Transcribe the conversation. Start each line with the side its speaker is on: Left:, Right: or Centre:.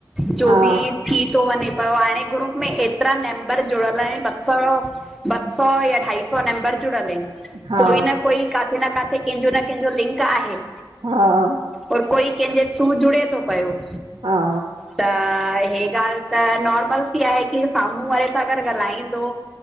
Centre: जो
Right: हा
Centre: बि थी थो वञे पयो हाणे ग्रुप में एतिरा मेम्बर जुड़ियल आहिनि ॿ सौ ॿ सौ या अढाई सौ मेम्बर जुड़ल अईंन।
Right: हा
Centre: कोई न कोई काथे न काथे कंहिंजो न कंहिंजो लिंक आहे।
Right: हा
Centre: और कोई कंहिंजे थ्रू जुड़े थो पयो।
Right: हा।
Centre: त हे ॻाल्ह त नॉर्मल थी आहे की साम्हूं वारे सां गॾ ॻाल्हाईंदो